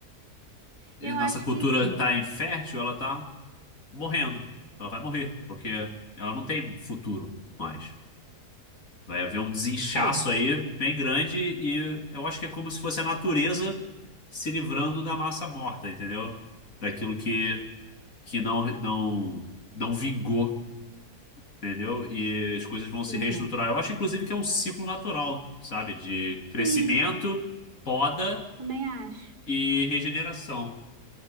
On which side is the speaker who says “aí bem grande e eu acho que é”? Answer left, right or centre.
Left